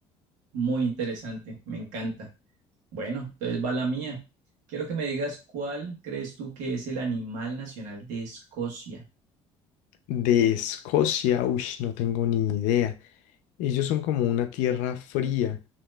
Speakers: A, on the right; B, on the left.
A: Muy interesante, me encanta. Bueno, entonces va la mía. Quiero que me digas cuál crees tú que es el animal nacional de Escocia.
B: De Escocia, uy, no tengo ni idea. Ellos son como una tierra fría.